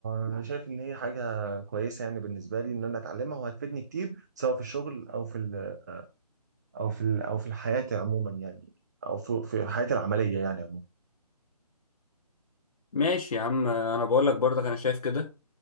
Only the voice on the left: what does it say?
ماشي يا عم انا بقول لك برضك انا شايف كده